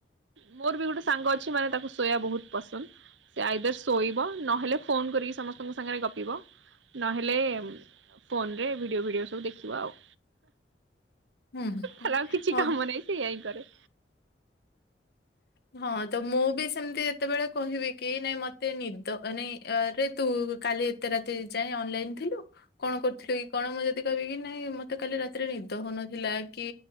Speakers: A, on the right; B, on the left.
A: ମୋର ବି ଗୋଟେ ସାଙ୍ଗ ଅଛି ମାନେ ତାକୁ ଶୋୟା ବହୁତ ପସନ୍ଦ ସେ ଆଇଦର ଶୋଇବ ନହେଲେ ଫୋନ କରିକି ସମସ୍ତଙ୍କ ସାଙ୍ଗରେ ଗପିବ ନହେଲେ ଫୋନରେ ଭିଡିଓ ଭିଡିଓ ସବୁ ଦେଖିବା ଆଉ
B: ହୁଁ
A: ହେଲେ ଆଉ କିଛି
B: ହଁ
A: କାମ ନାହିଁ ସେଇୟା ହିଁ କରେ
B: ହୁଁ ହଁ ତ ମୁଁ ବି ସେମିତି ଯେତେବେଳେ କହିବି କି ନାଇଁ ମତେ ନିଦ ଏ ନାଇରେ ତୁ କାଲି ଏତେ ରାତି ଯାଏ ଅନଲାଇନ ଥିଲୁ କଣ କରୁଥିଲି କି କଣ ମୁଁ ଯଦି କହିବି କି ନାଇଁ ମତେ କାଲି ରାତିରେ ନିଦ ହଉନଥିଲା କି